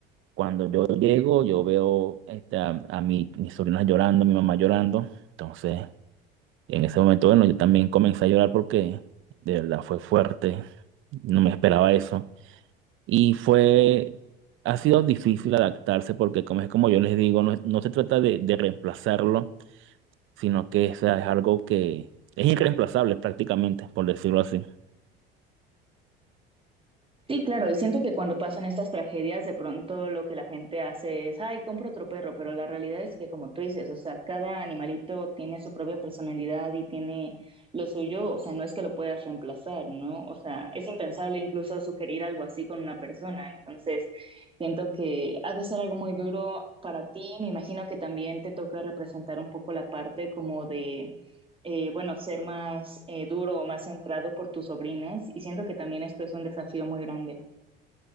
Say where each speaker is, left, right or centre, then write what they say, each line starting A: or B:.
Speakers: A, on the right (about 45°); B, on the right (about 20°).
A: Cuando yo llego, yo veo este, a, a mi, mis sobrinas llorando, a mi mamá llorando. Entonces, en ese momento, bueno, yo también comencé a llorar porque de verdad fue fuerte, no me esperaba eso. Y fue, ha sido difícil adaptarse porque como es como yo les digo, no, es- no se trata de de reemplazarlo sino que o sea, es algo que es irreemplazable prácticamente, por decirlo así.
B: Sí, claro, y siento que cuando pasan estas tragedias, de pronto lo que la gente hace es, ay, compro otro perro, pero la realidad es que como tú dices, o sea, cada animalito tiene su propia personalidad y tiene lo suyo, o sea, no es que lo puedas reemplazar, ¿no? O sea, es impensable incluso sugerir algo así con una persona, entonces siento que ha de ser algo muy duro para ti, me imagino que también te toca representar un poco la parte como de eh, bueno, ser más eh, duro o más centrado por tus sobrinas y siento que también esto es un desafío muy grande.